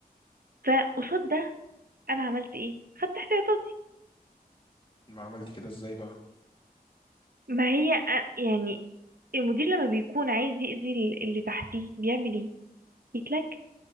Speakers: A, on the right (about 65°); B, on the left (about 30°).
A: فقصاد ده انا عملت ايه خدت احتياطاتي
B: ما عملت كده ازاي بقى
A: ما هي أ- يعني المدير لما بيكون عايز يأذي ال- اللي تحتيه بيعمل ايه يتلك